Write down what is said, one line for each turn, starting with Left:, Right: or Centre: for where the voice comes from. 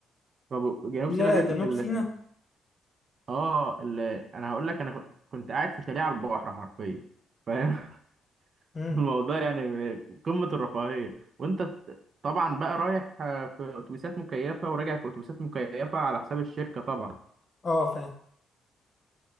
Right: فجنوب
Left: يا
Right: سيناء دي
Left: جنوب
Right: ال...
Left: سيناء
Right: ال- اه ال... انا هقول لك انا كنت قاعد في شاليه على البحر حرفيا فاهم <laughs>
Left: امم
Right: الموضوع يعني قمه الرفاهيه وانت طبعا بقى رايح آه، في اتوبيسات مكيفه وراجع في اتوبيسات مكيفه على حساب الشركه طبعا
Left: اه فاهم